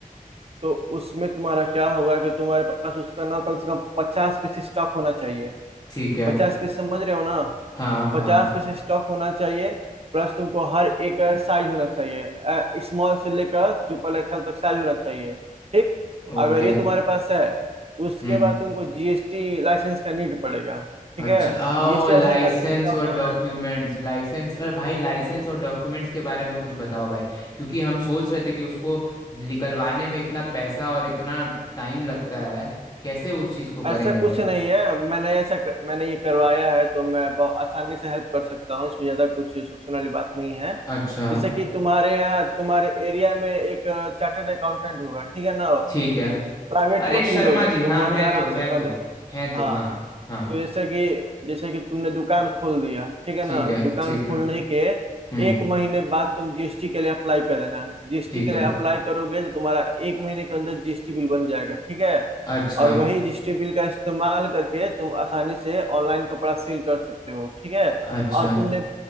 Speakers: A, on the right; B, on the left.
A: तो उसमें तुम्हारा क्या होगा कि तुम्हारे पास उसका ना कम से कम पचास पीस स्टॉक होना चाहिए
B: ठीक है
A: पचास पीस समझ रहे हो ना
B: हाँ
A: पचास
B: हाँ
A: पीस स्टॉक होना चाहिए प्लस तुमको हर एक साइज होना चाहिए स्मॉल से लेकर ट्रिपल एक्सएल तक साइज होना चाहिए ठीक
B: ओके
A: अगर ये तुम्हारे पास है उसके
B: हम्म
A: बाद तुमको जीएसटी लाइसेंस का नीड पड़ेगा ठीक
B: अच्छा
A: है
B: आओ
A: जीएसटी
B: लाइसेंस
A: लाइसेंस जानते हो क्या होता
B: और डॉक्यूमेंट्स
A: है
B: लाइसेंस अरे भाई लाइसेंस और डॉक्यूमेंट्स के बारे में कुछ बताओ भाई क्योंकि हम सोच रहे थे कि उसको निकलवाने में इतना पैसा और इतना टाइम लगता है कैसे उस चीज़ को
A: ऐसा
B: करेंगे
A: कुछ
B: भाई
A: नहीं है मैंने ऐसा क- मैंने ये करवाया है तो मैं बहुत आसानी से हेल्प कर सकता हूँ इसमें ज्यादा कुछ सोचने वाली बात नहीं है
B: अच्छा
A: जैसे कि तुम्हारे यहाँ तुम्हारे एरिया में एक चार्टर्ड अकाउंटेंट होगा ठीक है ना
B: ठीक है
A: प्राइवेट
B: अरे
A: वकील
B: शर्मा
A: हो गए
B: जी
A: तो
B: हाँ
A: वही
B: है तो
A: आराम
B: है
A: से कर
B: तो
A: दे
B: है
A: हाँ
B: तो हाँ हाँ
A: तो जैसे कि जैसे कि तुमने दुकान खोल दिया ठीक है
B: ठीक
A: ना
B: है
A: दुकान
B: ठीक
A: खोलने
B: है
A: के
B: हम्म
A: एक महीने बाद तुम जीएसटी के लिए अप्लाई कर देना जीएसटी
B: ठीक
A: के
B: है
A: लिए अप्लाई करोगे तो तुम्हारा एक महीने के अंदर जीएसटी बिल बन जाएगा ठीक है
B: अच्छा
A: और वही जीएसटी बिल का इस्तेमाल करके तुम आसानी से ऑनलाइन कपड़ा सेल कर सकते हो ठीक है
B: अच्छा
A: और तुमने